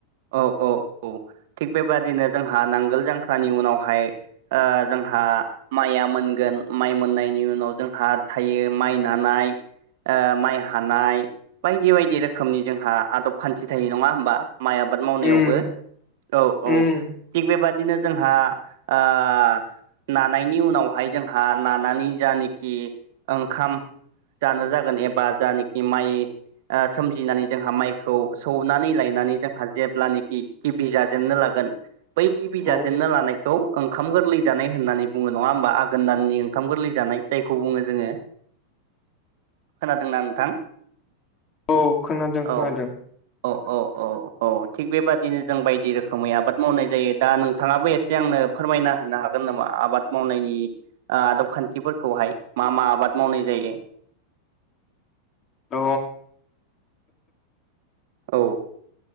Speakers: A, on the right; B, on the left.
A: औ औ औ थिग बेबादिनो जोंहा नांगोल जांख्रानि उनावहाय ओ जोंहा माया मोनगोन माइ मोननायनि उनाव जोंहा थायो माइ नानाय ओ माइ हानाय बायदि बायदि रोखोमनि जोंहा आदब खान्थि थायो नङा होमबा माइ आ आबाद मावनायावबो
B: उम
A: औ औ
B: उम
A: थिग बेबादिनो जोंहा ओ नानायनि उनावहाय जोंहा नानानै जानोखि ओंखाम जानो जागोन एबा जानोखि माइ सोमजिनानै जोंहा माइखौ सौनानै लायनानै जोंहा जेब्लानखि गिबि जाजेननो लागोन बै गिबि जाजेनना
B: औ
A: लानायखौ ओंखाम गोरलै जानाय होननानै बुङो नङा होमबा आघोन दाननि ओंखाम गोरलै जानाय जायखौ बुङो जोंङो
B: <inaudible>
A: खोनादोंना नोंथां
B: औ खोनादों खोनादों
A: औ औ औ औ औ थिग बेबादिनो जों बायदि रोखोमै आबाद मावनाय जायो दा नोंथाङाबो एसे आंनो फोरमायना होनो हागोन नामा आबाद मावनायनि आदब खान्थिफोरखौहाय मा मा आबाद मावनाय जायो
B: द
A: औ